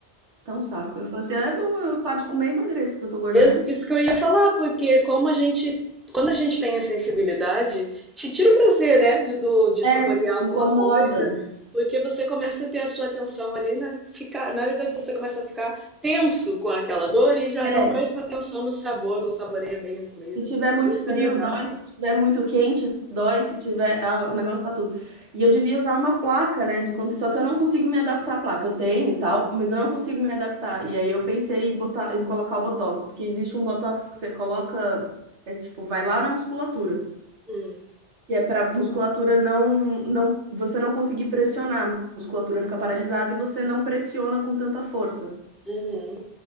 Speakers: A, on the right; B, in the centre.
A: Tá um saco. Eu falo assim, "Ah, é bom, eu paro de comer e emagreço, porque eu tô gorda
B: Ex-
A: mesmo.
B: Isso que eu ia falar, porque como a gente, quando a gente tem a sensibilidade, te tira o prazer, né, de, do- de saborear
A: É,
B: alguma
A: incomoda.
B: coisa, porque você começa a ter a sua atenção ali na ficar, na verdade você começa a ficar tenso com aquela dor e já
A: É,
B: não presta atenção no sabor, não saboreia bem a comida.
A: se tiver muito
B: Bem desagradável.
A: frio, dói. Se tiver muito quente, dói. Se tiver. ah, o negócio tá tudo. E eu devia usar uma placa, né, de conta. Só que eu não consigo me adaptar à placa. Eu tenho e tal, mas eu não consigo me adaptar. E aí eu pensei em botar, em colocar o botox, porque existe um botox que você coloca. É tipo, vai lá na musculatura.
B: Hum,
A: que é para musculatura não, não, você não conseguir pressionar, a musculatura fica paralisada e você não pressiona com tanta força.
B: uhum,